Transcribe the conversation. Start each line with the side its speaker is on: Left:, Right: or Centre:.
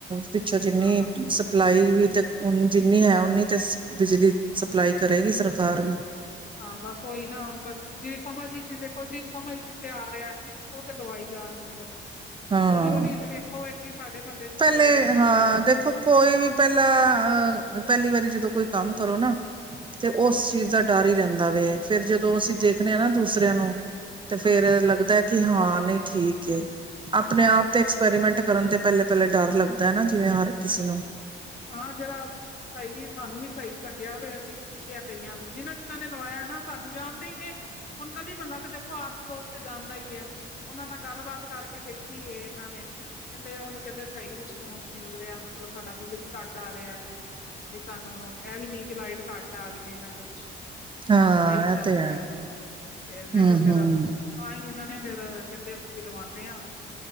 Right: ਪਿੱਛੋਂ ਜਿੰਨੀ
Left: ਹਾਂ
Right: ਸਪਲਾਈ ਵੀ ਤੇ ਜਿੰਨੀ ਹੈ ਓਨੀ ਤੇ ਬਿਜਲੀ ਸਪਲਾਈ ਕਰੇਗੀ ਸਰਕਾਰ ਵੀ।
Left: ਹਾਂ ਬਸ ਉਹੀ ਨਾ ਹੁਣ ਬਸ ਜੇ ਸਮਾਂ ਚ ਦੇਖੋ ਜੇ ਸਮਝ ਚ ਤੇ ਆ ਰਿਹਾ। ਉਹ ਤੇ ਲਵਾਈ ਜਾ ਰਹੇ ਨੇ ਲੋਕੀ
Right: ਹਾਂ
Left: ਹੌਲੀ ਹੌਲੀ ਵੇਖੋ ਵੇਖੀ ਸਾਡੇ ਮੁੰਹਲੇ ਚ
Right: ਪਹਿਲੇ
Left: ਤੇ ਬੜੇ ਜਾਣਿਆਂ
Right: ਹਾਂ
Left: ਨੇ ਲਵਾ ਲਿਆ
Right: ਦੇਖੋ ਕੋਈ ਵੀ ਪਹਿਲਾਂ ਅ ਪਹਿਲੀ ਵਾਰੀ ਜਦੋਂ ਕੋਈ ਕੰਮ ਕਰੋ ਨਾ
Left: ਹੂੰ,
Right: ਤੇ ਉਸ ਚੀਜ਼ ਦਾ ਡਰ ਹੀ ਰਹਿੰਦਾ ਵੇ ਫੇਰ ਜਦੋਂ ਅਸੀਂ ਦੇਖਣੇ ਹ ਨਾ ਦੂਸਰਿਆਂ ਨੂੰ ਤੇ
Left: ਹਾਂਜੀ
Right: ਫੇਰ
Left: ਹਾਂਜੀ
Right: ਲੱਗਦਾ ਕਿ ਹਾਂ ਨਹੀਂ ਠੀਕ ਏ, ਆਪਣੇ ਆਪ
Left: ਹਾਂ
Right: ਤੇ ਐਕਸਪੈਰੀਮੈਂਟ ਕਰਨ ਤੇ ਪਹਿਲੇ ਪਹਿਲੇ ਡਰ ਲੱਗਦਾ ਹੈ ਨਾ ਜਿਵੇਂ ਹਰ ਕਿਸੇ ਨੂੰ।
Left: ਹਾਂ ਜਿੜਾ ਸਹੀ ਸਾਨੂੰ ਵੀ ਸਹੀ ਲੱਗਿਆ ਵੀ ਅਸੀਂ ਵੀ ਪੁੱਛਿਆ ਕਈਆਂ ਨੂੰ, ਜਿਹਨਾ, ਜਿਨਾਂ ਨੇ ਨਵਾਇਆ ਨਾ ਸਾਨੂੰ ਜਾਣਦੇ ਹੀ ਨੇ। ਹੁਣ ਕੱਦੀ ਬੰਦਾ ਤੇ ਦੇਖੋ ਆਸ ਪੜੋਸ ਤੇ ਜਾਂਦਾ ਹੀ ਹੈ ਉਹਨਾਂ ਨਾਲ ਗੱਲਬਾਤ ਕਰਕੇ ਦੇਖੀ ਏ, ਇਹਨਾਂ ਨੇ ਕਹਿੰਦੇ ਉਹਨੂੰ ਕਹਿੰਦੇ ਸਹੀ ਰਿਸਪੋਂਸ ਮਿਲ ਰਿਹਾ ਮਤਲਬ ਸਾਡਾ ਬਿੱਲ ਵੀ ਘੱਟ ਆ ਰਿਹਾ, ਵੀ ਸਾਨੂੰ ਇਹ ਵੀ ਨੀ ਕਿ ਲਾਈਟ ਘੱਟ ਆ ਰਹੀ ਹੈ ਜਾਂ ਕੁਛ ਸਹੀ
Right: ਹਾਂ
Left: ਚੱਲ
Right: ਇਹ ਤੇ ਹੈ
Left: ਰਿਹਾ ਵੈ, ਫੇਰ ਮੈਂ
Right: ਹੂੰ-ਹੂੰ
Left: ਕਿਹਾ ਫੇਰ ਅਸੀ ਹਾਂ ਹੀ ਇਹਨਾਂ ਨੇ ਫੇਰ, ਕਹਿੰਦੇ ਅਸੀਂ ਵੀ ਲਵਾਉਂਨੇ ਆਂ